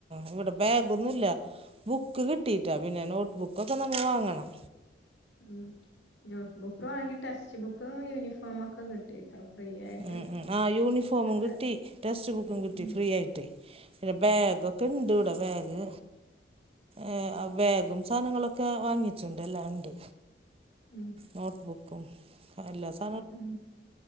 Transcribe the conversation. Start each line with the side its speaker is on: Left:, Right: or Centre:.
Right: ഇവിടെ ബാഗൊന്നുല്ല. ബുക്ക് കിട്ടിയിട്ടാ പിന്നെ നോട്ട് ബുക്കൊക്കെ നമ്മൾ വാങ്ങണം.
Left: ഉം നോട്ട് ബുക്ക് വാങ്ങി ടെക്സ്റ്റ് ബുക്കും യൂനിഫോമോക്കെ കിട്ടിട്ടോ. ഫ്രീ ആയിട്ട്
Right: ഉം ഉം ആഹ് യൂണിഫോമും
Left: അതൊക്കെ
Right: കിട്ടി ടെക്സ്റ്റ് ബുക്കും കിട്ടി
Left: ഉം
Right: ഫ്രീയായിട്ടേയ് പിന്നെ ബാഗൊക്കെ
Left: ഉം
Right: ണ്ട്വ്ടെ ബാഗ് ഏഹ് ബാഗും സാധനങ്ങളൊക്കെ ഒക്ക വാങ്ങിട്ടുണ്ട് എല്ലാണ്ട്.
Left: ഉം
Right: നോട്ട്ബുക്കും എല്ലാ സാ
Left: ഉം ഉം